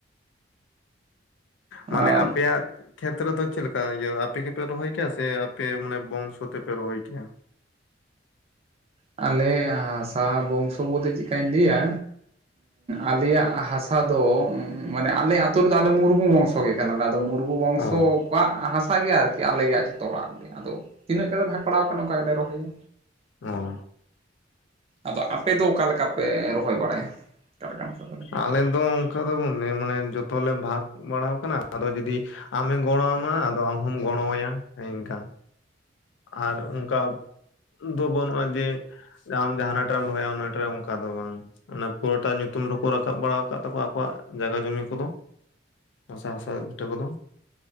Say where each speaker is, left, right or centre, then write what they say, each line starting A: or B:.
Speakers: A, on the right; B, on the left.
A: ᱟᱨ
B: ᱢᱟᱱᱮ ᱟᱯᱮᱭᱟᱜ ᱠᱷᱮᱛᱨᱮ ᱫᱚ ᱪᱮᱫᱞᱮᱠᱟ ᱤᱭᱟᱹ ᱟᱯᱮ ᱜᱮᱯᱮ ᱨᱚᱦᱚᱭ ᱠᱮᱭᱟ ᱥᱮ ᱯᱮ ᱢᱟᱱᱮ ᱵᱚᱝᱥᱚ ᱛᱮᱯᱮ ᱨᱚᱦᱚᱭ ᱠᱮᱭᱟ
A: ᱟᱞᱮ ᱦᱟᱥᱟ ᱵᱚᱝᱥᱚ ᱵᱚᱞᱮ ᱪᱮᱠᱟᱧ ᱞᱟᱹᱭᱟ ᱟᱞᱮᱭᱟᱜ ᱦᱟᱥᱟ ᱫᱚ ᱢᱟᱱᱮ ᱟᱞᱮ ᱟᱹᱛᱩ ᱨᱮᱫᱚ ᱟᱞᱮ ᱢᱩᱨᱢᱩ ᱵᱚᱝᱥᱚ ᱜᱮ ᱠᱟᱱᱟᱞᱮ ᱟᱫᱚ ᱢᱩᱨᱢᱩ ᱟᱵᱚ ᱵᱚᱝᱥᱚ
B: ᱚ
A: ᱠᱚᱣᱟᱜ ᱦᱟᱥᱟ ᱜᱮ ᱟᱨᱠᱤ ᱟᱞᱮᱭᱟᱜ ᱡᱚᱛᱚ ᱦᱚᱲᱟᱜ ᱜᱮ ᱟᱫᱚ ᱛᱤᱱᱟᱹᱜ ᱠᱟᱛᱮ ᱵᱷᱟᱜ ᱯᱟᱲᱟᱣ ᱠᱟᱱᱟ ᱚᱱᱠᱟ ᱜᱮ ᱞᱮ ᱨᱚᱦᱚᱭᱟ
B: ᱚᱸ
A: ᱟᱫᱚ ᱟᱯᱮᱫᱚ ᱚᱠᱟᱮ ᱞᱮᱠᱟ ᱯᱮ ᱨᱚᱦᱚᱭ ᱵᱟᱲᱟᱭᱟ? ᱚᱠᱟ ᱞᱮᱠᱟᱱ ᱦᱟᱥᱟ ᱛᱟᱯᱮ
B: ᱟᱞᱮ ᱫᱚ ᱚᱱᱠᱟ ᱫᱚ <unintelligible> ᱢᱟᱱᱮ ᱡᱚᱛᱚᱞᱮ ᱵᱷᱟᱜᱽ ᱵᱟᱲᱟᱟᱣ ᱟᱠᱟᱱᱟ ᱟᱫᱚ ᱡᱩᱫᱤ ᱟᱢᱮ ᱜᱚᱲᱚᱣᱟᱢᱟ ᱟᱫᱚ ᱟᱢ ᱦᱚᱸᱢ ᱜᱚᱲᱚ ᱟᱭᱟ ᱤᱱᱠᱟ ᱟᱨ ᱚᱱᱠᱟ ᱫᱚ ᱵᱟᱹᱱᱩᱜᱼᱟ ᱡᱮ ᱟᱢ ᱡᱟᱦᱟ ᱴᱟ ᱮᱢ ᱨᱚᱦᱚᱭ-ᱟ ᱨᱚᱦᱚᱭᱟ ᱚᱱᱟᱴᱟ ᱨᱮ ᱚᱱᱠᱟ ᱫᱚ ᱵᱟᱝ ᱚᱱᱟ ᱯᱩᱨᱟᱹᱴᱟ ᱧᱩᱛᱩᱢ ᱨᱮᱠᱚ ᱨᱟᱠᱟᱵ ᱵᱟᱲᱟ ᱟᱠᱟᱫ ᱛᱟᱠᱚᱣᱟ ᱟᱠᱚᱣᱟᱜ ᱡᱟᱜᱟ ᱡᱚᱢᱤ ᱠᱚᱫᱚ ᱦᱟᱥᱟ ᱦᱟᱥᱟ ᱵᱤᱴᱟᱹ ᱠᱚᱫᱚ